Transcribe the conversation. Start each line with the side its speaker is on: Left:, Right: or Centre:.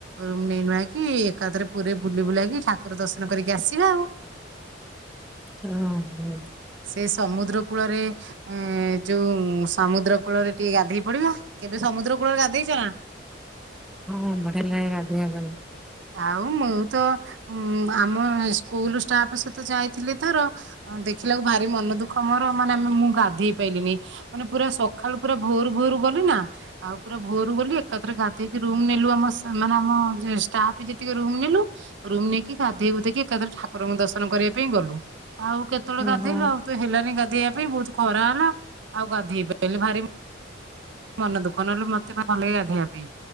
Right: ରୁମ ନେଇ ନୁଆଇକି ଏକାଥରେ ପୁରୀରେ ବୁଲି ବୁଲାକି ଠାକୁର ଦର୍ଶନ କରିକି ଆସିବା ଆଉ।
Centre: ହଁ
Right: ସେ ସମୁଦ୍ର କୂଳରେ ଏ ଯୋଉଁ ସମୁଦ୍ର କୂଳରେ ଟିକେ ଗାଧେଇ ପଡିବା, କେବେ ସମୁଦ୍ର କୂଳରେ ଗାଧେଇଛ ନା?
Centre: ହଁ ବଢିଆ ଲାଗେ ଗାଧେଇବା ପାଇଁ
Right: ଆଉ ମୁଁ ତ ଉଁ ଆମ ସ୍କୁଲ ଷ୍ଟାଫ ସହିତ ଯାଇଥିଲି ଥର ଅ ଦେଖିଲାକୁ ଭାରି ମନ ଦୁଃଖ ମୋର ମାନେ ଆମେ ମୁଁ ଗାଧେଇ ପାଇଲିନି ମାନେ ପୁରା ସଖାଳୁ ପୁରା ଭୋର-ଭୋର ଗଲି ନା ଆଉ ପୁରା ଭୋରୁ ଗଲି ଏକାଥରେ ଗାଧେଇକି ରୁମ ନେଲୁ ଆମ ସା ମାନେ ଆମ ଜେସ୍ ଷ୍ଟାପ ଯେତିକି ରୁମ୍ ନେଲୁ ରୁମ ନେଇକି ଗାଧେଇ ଗୁଧେଇକି ଏକାଥରେ ଠାକୁରଙ୍କୁ ଦର୍ଶନ କରିବା ପାଇଁ ଗଲୁ। ଆଉ କେତେବେଳେ
Centre: ହଁ
Right: ଗାଧେଇଲୁ
Centre: ହଁ।
Right: ଆଉ ତ ହେଲାନି ଗାଧେଇବା ପାଇଁ ବହୁତ ଖରା ହେଲା ଆଉ ଗାଧେଇ ପା ଗଲେ ଭାରି ମ ମନା ଦୁଃଖ ନହଲେ ମ <unintelligible> ଭଲ ଗାଧେଇବା ପାଇଁ